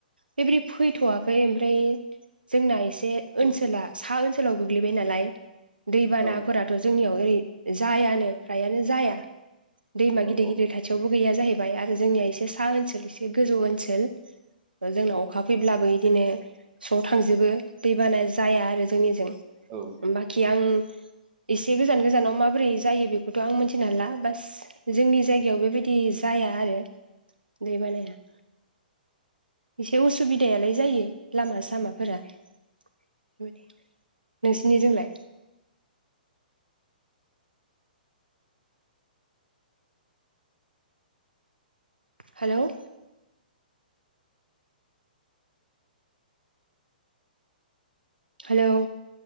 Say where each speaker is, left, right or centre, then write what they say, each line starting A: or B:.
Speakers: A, on the right; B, on the right.
A: बेबायदि फैथ'वाखै ओमफ्राय जोंना एसे
B: औ
A: ओनसोला सा ओनसोलाव गोग्लैबाय नालाय दैबानाफोरा
B: औ
A: थ' जोंनियाव ओरै जायानो फ्रायानो जाया दैमा
B: औ
A: गिदिर गिदिर ससेयावबो गैया जाहैबाय आरो जोंनिया एसे सा ओनसोल एसे गोजौ ओनसोल जोंनाव अखा फैब्लाबो बिदिनो थांजोबो दैबाना जाया आरो जोंनिजों
B: औ।
A: बाखि आं एसे गोजान गोजानाव माबोरै जायो बेखौथ' आं मोनथिनो हाला बास जोंनि जायगायाव बेबायदि जाया आरो दै बानाया एसे उसुबिदायालाय जायो लामा सामा। फोरा बेबायदि नोंसिनिजोंलाय हेलौ। हेलौ